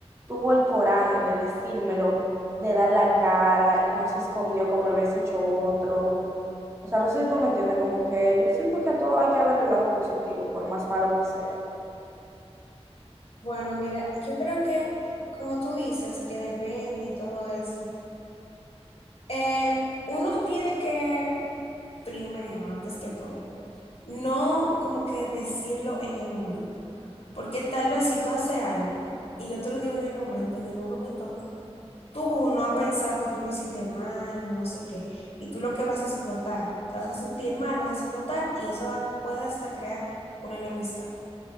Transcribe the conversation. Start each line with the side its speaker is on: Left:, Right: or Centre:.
Right: tuvo el coraje de decírmelo, de dar la cara y no se escondió como lo hubiese hecho otro. O sea, no sé si tú me entiendes, como que yo siento que a todo hay que ver el lado positivo, por más malo que sea.
Left: Bueno, mira, yo creo que como tú dices, que depende y todo eso, eh, uno tiene que, primero, antes que todo, no como que decirlo en el momento, porque tal vez si tú haces algo y yo te lo digo en el momento, en el momento tú no has pensado que tú lo hiciste mal ni no sé qué, y tú lo que vas a explotar, te vas a sentir mal, vas a explotar y eso va- puede hasta crear una enemistad.